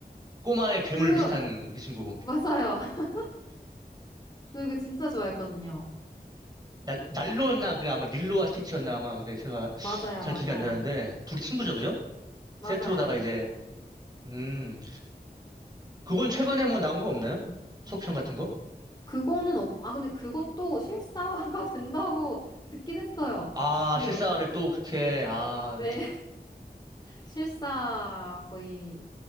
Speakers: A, on the right; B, on the left.
A: 꼬마의 괴물
B: 그,
A: 비슷한 그 친구.
B: 맞아요. <laughs> 저 이거 진짜 좋아했거든요.
A: 날, 날로였나? 그 아마 릴로와 스티치였나? 아마 그게 제가
B: 맞아요,
A: 잘
B: 맞아요.
A: 기억이 안 나는데, 둘이 친구죠, 그죠?
B: 맞아요.
A: 세트로다가 이제, 음, 그건 최근에 뭐 나온 거 없나요? 속편 같은 거?
B: 그거는 없고, 아, 근데 그것도 실사화가 <laughs> 된다고 듣긴 했어요.
A: 아,
B: 근데,
A: 실사를 또 그렇게, 아,
B: 네. 실사 거의